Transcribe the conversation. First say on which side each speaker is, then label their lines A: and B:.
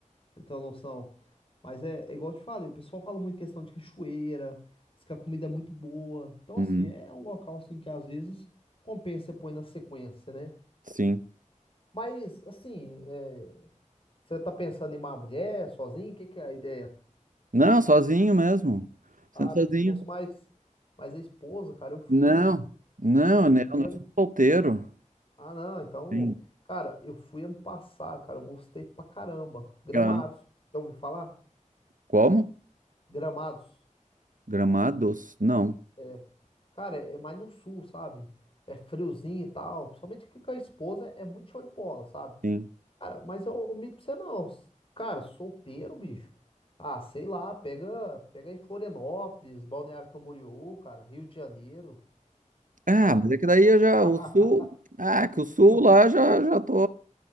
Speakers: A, on the left; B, on the right.
A: pra você tem uma noção. Mas é, é igual eu te falei, o pessoal fala muito questão de cachoeira, diz que a comida é muito boa. Então,
B: Uhum.
A: assim, é um local assim que às vezes compensa você pôr na sequência, né?
B: Sim.
A: Mas, assim, é, Você tá pensando em uma mulher sozinho? O que que é a ideia?
B: Não, sozinho mesmo.
A: Ah,
B: Sendo sozinho.
A: porque se fosse mais, mais a esposa, cara, eu fui.
B: Não, não,
A: Eu
B: né?
A: fui
B: Eu não
A: ano...
B: sou solteiro.
A: Ah, não, então...
B: Sim.
A: Cara, eu fui ano passado, cara, eu gostei pra caramba. Gramados.
B: Ah,
A: Já ouviu falar?
B: como?
A: Gramados.
B: Gramados? Não.
A: É. Cara, é é mais no sul, sabe? É friozinho e tal. Principalmente que com a esposa é é muito show de bola, sabe?
B: Sim.
A: Cara, mas eu omito pra você não. Cara, solteiro, bicho. Ah, sei lá, pega, pega em Florianópolis, Balneário Camboriú, cara, Rio de Janeiro,
B: Ah,
A: sabe?
B: mas é que daí eu já,
A: <laughs>
B: o sul, ah, que o sul lá já, já tô.